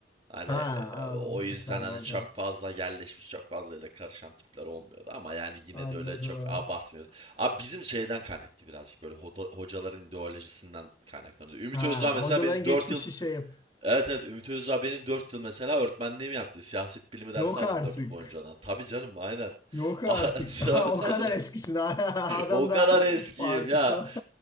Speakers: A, on the right; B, on the left.
A: Hani
B: Ha
A: e,
B: anladım.
A: o yüzden
B: E, tabii
A: hani
B: oradan.
A: çok fazla yerleşmiş, çok fazla öyle karışan tipler olmuyordu ama yani yine
B: Anladım
A: de öyle çok
B: ha.
A: abartmıyordu. Abi bizim şeyden kaynaklı birazcık böyle hoda- hocaların ideolojisinden kaynaklanıyordu. Ümit
B: Ha
A: Özdağ mesela
B: hocaların
A: benim
B: geçmişi
A: dört yıl
B: şey yap.
A: Evet evet Ümit Özdağ benim 4 yıl mesela öğretmenliğimi yaptı. Siyaset bilimi dersi
B: Yok
A: aldım
B: artık.
A: 4 yıl boyunca ona. Tabii canım aynen. <laughs>
B: Yok artık.
A: Ah,
B: <laughs> Ha,
A: Tabii tabii.
B: o kadar eskisin. <laughs> Adam
A: O kadar
B: da
A: eskiyim
B: partisi.
A: ya.
B: <laughs>